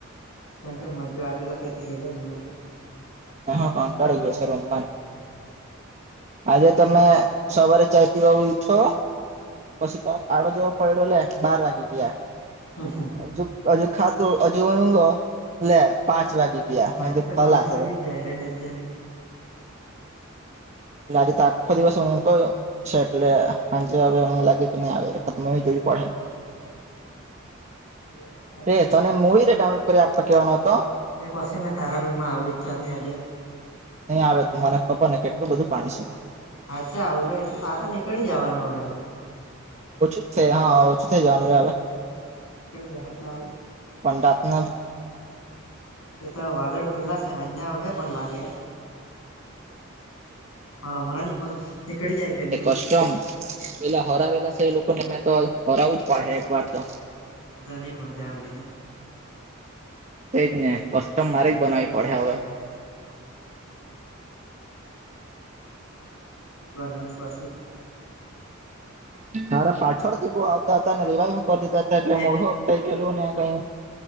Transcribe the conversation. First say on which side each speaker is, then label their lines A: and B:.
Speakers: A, on the left; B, on the right.
A: કેમ કે મજા આવેલો કેથી ગેલો હી મને.
B: હ હા કંટાળી ગયો છે રામ વા આજે તમે સવારે ચઇ પીવા ઉયઠો પછી તોક આડો જેવો પડ્યો લે બાર વાગી ગયા.
A: <unintelligible>
B: હજ અજુ ખાધું અજુંગ લે પાંચ વાગી ગયા
A: મારે
B: મે કીધું
A: તો
B: ખલાસ
A: બાર વાગે
B: રે
A: જ જાય રહ્યા ડેલી એમ તો.
B: એટલે આજે તો આખો દિવસ હું તો છે એટલે સાંજે હવે હું લાગે કે નહી આવે ખતમ એ જોવી પડે
A: <unintelligible>
B: એ તને મૂવી ને ડાઉનલોડ કરી આપવા કહેવાનો હતો.
A: તે પછી મેં તારા રૂમમાં આવું જ ચાલ ને આજે.
B: નહીં આવે તું મને ખબર ને કેટલું બધું પાણી છે.
A: અચ્છા આવું રે એટલે આ નીકળી જવાનું હ હવે.
B: ઓછું છે ત હા ઓછું થઈ જવાનુરે હવે
A: હ નીકળી જાહે એટલે આવું
B: પણ રાતના
A: તે તો વાદળ ખુલ્લા સ હાજના આવહે પણન લાગે હે. પણ હમણાં ની પણ નીકડી જાય કે નહી એમ
B: કસ્ટમ પેલા હરાવેલા છે એ લોકોને મેં તો હરાવું જ પડે એક વાર તો.
A: ના તો નઈ મજા આવે એને.
B: એજ નહી કસ્ટમ મારે જ બનાવી પડે હવે.
A: <unintelligible> બનાનીને બસી.
B: મારા પાછળથી બહુ આવતા હતા ને રિવાઈવો કરી દીધા હતા એટલે
A: એ
B: મોઢો અઈ ગયેું ને કઈ.